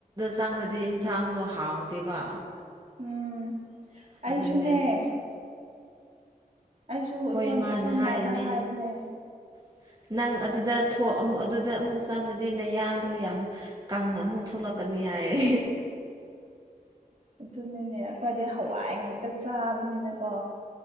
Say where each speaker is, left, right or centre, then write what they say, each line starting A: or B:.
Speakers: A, on the right (about 25°); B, on the right (about 50°).
A: ꯍꯛꯆꯥꯡꯗꯗꯤ ꯏꯟꯁꯥꯡꯗꯣ ꯍꯥꯎꯇꯦꯕ
B: ꯎꯝ ꯑꯩꯁꯨꯅꯦ
A: ꯑꯗꯨꯅꯦ
B: ꯑꯩꯁꯨ ꯑꯩꯈꯣꯏ
A: ꯏꯃꯥꯅ
B: ꯑꯩꯈꯣꯏ ꯏꯃꯥꯗ
A: ꯍꯥꯏꯔꯤꯅꯦ
B: ꯍꯥꯏꯕꯅꯦ
A: <inaudible> ꯅꯪ ꯑꯗꯨꯗ ꯑꯗꯨꯗ ꯑꯃꯨꯛ ꯆꯪꯉꯗꯤ ꯅꯌꯥꯡꯗꯣ ꯌꯥꯝ ꯀꯪꯅ ꯑꯃꯨꯛ ꯊꯣꯛꯂꯛꯀꯅꯤ ꯇꯔꯦ
B: ꯑꯗꯨꯅꯅꯦ ꯑꯩꯈꯣꯏꯗꯤ ꯍꯋꯥꯏ ꯉꯥꯛꯇ ꯆꯥꯕꯅꯤꯅꯀꯣ